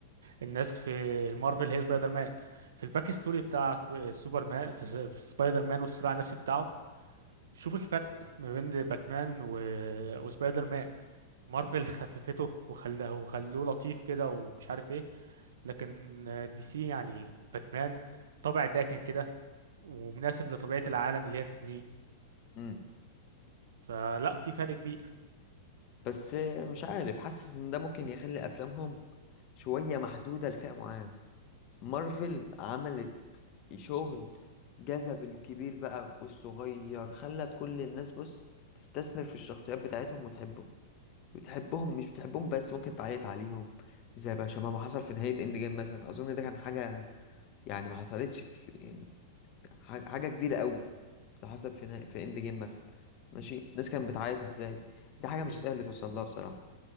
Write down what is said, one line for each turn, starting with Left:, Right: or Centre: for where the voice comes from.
Right: الناس في مارفل هي سبايدر مان في الباك ستوري بتاع سب- سوبرمان في س- في سبايدر مان والصراع النفسي بتاعه شوف الفرق ما بين باتمان و... وسبايدر مان مارفل خففته وخلاه وخلوه لطيف كده ومش عارف ايه لكن دي سي يعني باتمان طابع داكن كده ومناسب لطبيعه العالم اللي هي بتبنيه
Left: امم
Right: فلا في فرق كبير
Left: بس آه، مش عارف حاسس ان ده ممكن يخلي افلامهم شوية محدودة لفئة معينة مارفل عملت شغل جذب الكبير بقى والصغير خلت كل الناس بص تستثمر في الشخصيات بتاعتهم وتحبهم وتحبهم مش بتحبهم بس ممكن تعيط عليهم زي بقى شبه ما حصل في نهاية اند جيم مثلا اظن ده كان حاجة يعني ما حصلتش في ح- حاجة كبيرة قوي ده حصلت في نهاية في اند جيم مثلا ماشي الناس كانت بتعيط ازاي دي حاجة مش
Right: مم.
Left: سهل توصل لها بصراحة